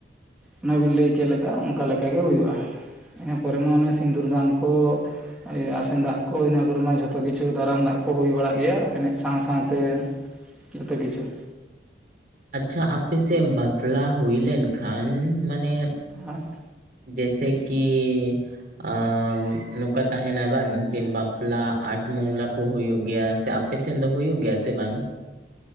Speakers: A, in the centre; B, on the right.
A: ᱚᱱᱟᱵᱤᱱ ᱞᱟᱹᱭ ᱠᱮᱜ ᱞᱮᱠᱟ ᱚᱱᱠᱟ ᱞᱮᱠᱟᱮᱜ ᱦᱩᱭᱩᱜᱼᱟ ᱤᱱᱟᱹ ᱯᱚᱨᱮ ᱢᱟ ᱚᱱᱮ ᱥᱤᱸᱫᱩᱨ ᱫᱟᱱ ᱠᱚ ᱤᱭᱟᱹ ᱟᱥᱮᱱ ᱫᱟᱜ ᱠᱚ ᱤᱱᱟᱹ ᱠᱚᱨᱮ ᱢᱟ ᱡᱷᱚᱛᱚ ᱠᱤᱪᱷᱩ ᱫᱟᱨᱟᱢ ᱫᱟᱜ ᱠᱚ ᱦᱩᱭ ᱵᱟᱲᱟᱜ ᱜᱮᱭᱟ ᱮᱱᱮᱡ ᱥᱟᱶ ᱥᱟᱶᱛᱮ ᱡᱚᱛᱚ ᱠᱤᱪᱷᱩ
B: ᱟᱪᱪᱷᱟ ᱟᱯᱮ ᱥᱮᱫ ᱵᱟᱯᱞᱟ ᱦᱩᱭ ᱞᱮᱱᱠᱷᱟᱱ ᱢᱟᱱᱮᱼᱼ
A: ᱟᱪᱪᱷᱟ
B: ᱡᱮᱥᱮ ᱠᱤᱼᱼ <unintelligible> ᱱᱚᱠᱟ ᱛᱟᱦᱮᱱᱟ ᱵᱟᱝ ᱡᱮ ᱵᱟᱯᱞᱟ ᱟᱴ ᱢᱚᱝᱞᱟ ᱠᱚ ᱦᱩᱭᱩᱜ ᱜᱮᱭᱟ ᱥᱮ ᱟᱯᱮᱥᱮᱱ ᱫᱚ ᱦᱩᱭᱩᱜ ᱜᱮᱭᱟ ᱥᱮ ᱵᱟᱝ